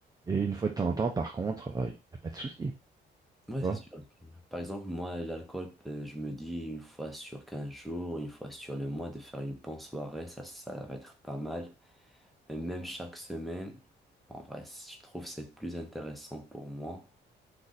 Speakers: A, on the right (about 20°); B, in the centre.
A: Et une fois
B: Pardon.
A: de temps en temps, par contre, euh, il n'y a pas de souci. Tu
B: Ouais,
A: vois.
B: c'est sûr. Par exemple, moi, l'alcool, euh, je me dis une fois sur 15 jours, une fois sur le mois, de faire une bonne soirée, ça, ça va être pas mal. Mais même chaque semaine, en vrai, c- je trouve que c'est plus intéressant pour moi.